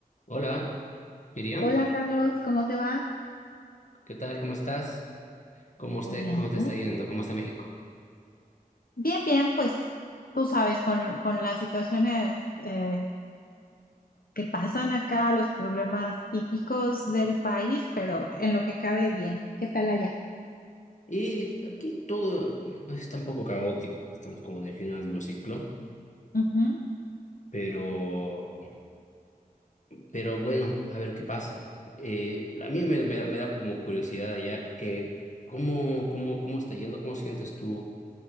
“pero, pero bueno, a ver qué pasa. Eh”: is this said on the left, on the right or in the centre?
Left